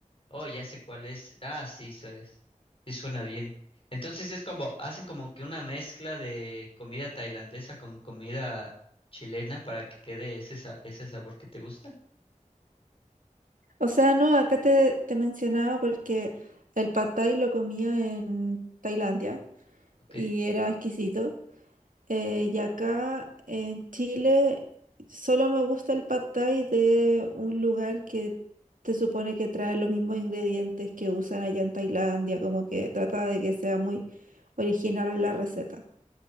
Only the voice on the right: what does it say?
O sea, no, acá te, te mencionaba porque el pad thai lo comía en Tailandia
y era exquisito. Eh, y acá en Chile solo me gusta el pad thai de un lugar que se supone que trae los mismos ingredientes que usan allá en Tailandia, como que trata de que sea muy original la receta.